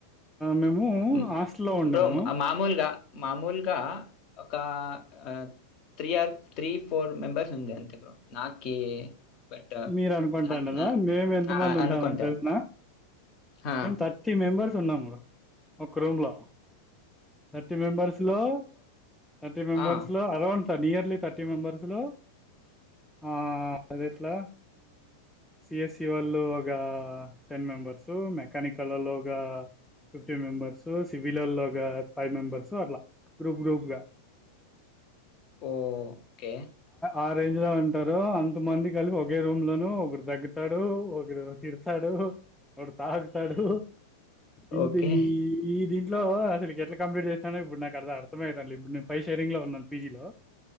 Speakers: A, in the centre; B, on the left.
A: మేము
B: హ్మ్.
A: హాస్టల్లో ఉండము
B: బ్రో మామూలుగా, మామూలుగా ఒక ఆ three or three four members ఉంది అంతే బ్రో నాకే బట్
A: మీరు అనుకుంటండరా
B: నాకు నా
A: కదా మేము ఎంత
B: ఆ!
A: మంది ఉంటాము
B: అనుకుంటా.
A: తెసిన
B: ఆ!
A: ఏం థర్టీ మెంబర్స్ ఉన్నాము ఒక రూమ్ లో థర్టీ మెంబర్స్ లో థర్టీ మెంబర్స్
B: ఆ!
A: లో అరౌండ్ త నియర్లీ థర్టీ మెంబర్స్ లో ఆ అదే పట్లా సిఎస్ఈ వాళ్ళు ఒక టెన్ మెంబెర్స్ మెకానికల్ లో ఒక ఫిఫ్టీన్ మెంబర్స్ సివిల్ ఒక ఫైవ్ మెంబెర్స్ అట్లా గ్రూప్ గ్రూప్గా
B: ఓ కే
A: ఆ రేంజ్ లో ఉంటారు అంతమంది కలిపి ఒక్ ఒకే రూమ్ లోను ఒకడు దగ్గుతాడు ఒకడు తిడతాడు ఒకడు తాగుతాడు ఇింద
B: ఓకే.
A: ఈ ఈ ద ఇట్ లో అసలు ఎట్లా కంప్లీట్ చేస్తున్నానో ఇప్పుడు నాకు అర్ అర్థమవుతుందిం ఇప్పు నేను పై షేరింగ్ లో ఉన్నాను పీజీ లో